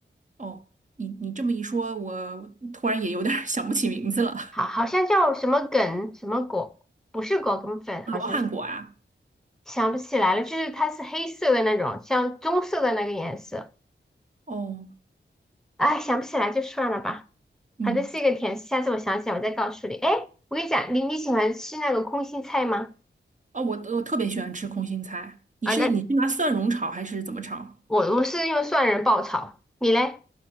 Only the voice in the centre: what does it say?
好，好像叫什么梗什么果，不是果梗粉，
好像是想不起来了，就是它是黑色的那种，像棕色的那个颜色。
哎，想不起来就算了吧，
反正是一个甜食下次我想起来我再告诉你。哎，我跟你讲，你你喜欢吃那个空心菜吗？
啊，那我我是用蒜仁爆炒，你嘞？